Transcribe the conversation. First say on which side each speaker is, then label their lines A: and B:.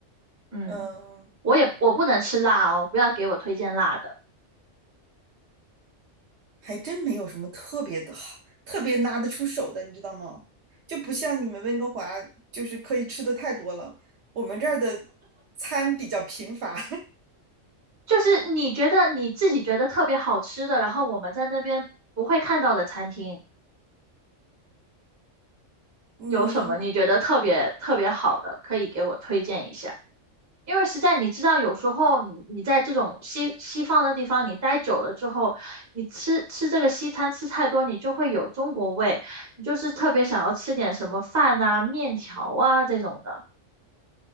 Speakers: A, on the right (about 15°); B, on the right (about 65°).
A: 嗯，
B: 嗯。
A: 我也我不能吃辣哦，不要给我推荐辣的。
B: 还真没有什么特别的好，特别拿得出手的，你知道吗？就不像你们温哥华，就是可以吃的太多了。我们这儿的餐比较贫乏，
A: 就是你觉得你自己觉得特别好吃的，然后我们在那边不会看到的餐厅，
B: <laughs> 嗯，
A: 有什么你觉得特别特别好的，可以给我推荐一下？因为实在你知道，有时候你你在这种西西方的地方你待久了之后，你吃吃这个西餐吃太多，你就会有中国味，你就是特别想要吃点什么饭啊、面条啊这种的。